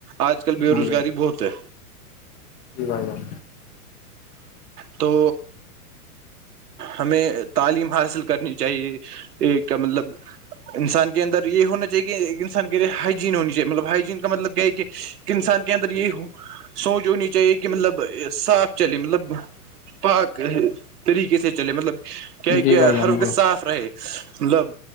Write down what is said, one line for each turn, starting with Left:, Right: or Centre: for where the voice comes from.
Right: آج کل بے روزگاری
Left: جی
Right: بہت ہے
Left: جی بھائی جان
Right: تو ہمیں تعلیم حاصل کرنی چاہیے ایک مطلب انسان کے اندر یہ ہونا چاہیے کہ انسان کےے ہائجین ہونی چاہیے مطلب ہائجین کا مطلب کیا ہے کہ انسان کے اندر یہی سوچ ہونی چاہیے کہ مطلب صاف چلے مطلب پاک طریقے سے چلے مطلب کیا
Left: جی
Right: کہ
Left: بھائی جان
Right: ہر وقت
Left: جی
Right: صاف رہے مطلب